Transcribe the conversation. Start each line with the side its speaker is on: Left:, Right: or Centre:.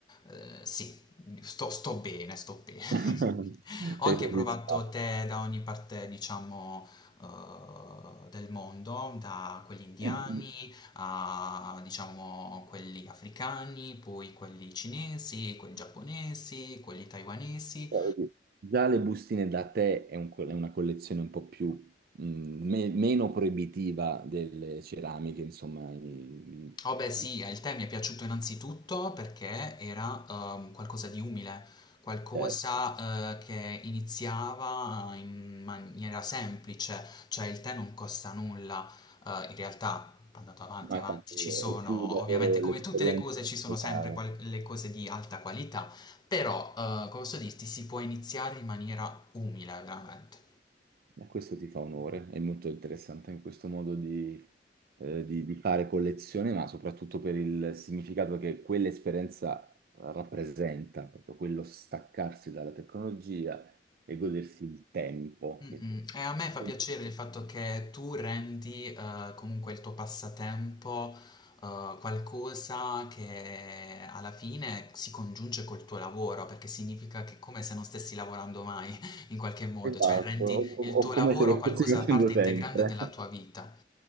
Left: eh, sì, sto, sto bene, sto bene.
Right: <laughs>
Left: <laughs> Ho anche
Right: Sei soddisfatto.
Left: provato tè da ogni parte, diciamo eh, del mondo, da quelli indiani
Right: Eh,
Left: a diciamo quelli africani, poi quelli cinesi, quelli giapponesi, quelli taiwanesi
Right: però vedi, Già le bustine da tè è, un co- è una collezione un po' più, mh, me- meno proibitiva delle ceramiche, insomma. i- i-
Left: Oh beh sì,
Right: i-
Left: eh, il tè mi è piaciuto innanzitutto perché era ehm, qualcosa di umile, qualcosa
Right: eh.
Left: eh, che iniziava in maniera semplice, cioè il tè non costa nulla, eh, in realtà andato avanti,
Right: Ma
Left: avanti,
Right: infatti eh,
Left: ci sono
Right: è più davvero
Left: ovviamente come
Right: l'esperienza.
Left: tutte le cose
Right: che
Left: ci sono
Right: si
Left: sempre
Right: cava.
Left: qual- le cose di alta qualità, però eh, come posso dirti si può iniziare in maniera umile veramente.
Right: E questo ti fa onore, è molto interessante anche questo modo di, eh, di- di fare collezione, ma soprattutto per il significato che quell'esperienza rappresenta, proprio quello staccarsi dalla tecnologia e godersi il tempo.
Left: Mh-mh.
Right: che-
Left: E a me
Right: Sì,
Left: fa piacere il fatto che tu rendi, ehm, comunque il tuo passatempo, ehm, qualcosa che alla fine si congiunge col tuo lavoro, perché significa che è come se non stessi lavorando mai <laughs> in qualche modo,
Right: Esatto,
Left: cioè rendi
Right: o,
Left: il tuo
Right: o come
Left: lavoro
Right: se lo
Left: qualcosa
Right: stessi facendo
Left: parte
Right: sempre,
Left: integrante della tua vita.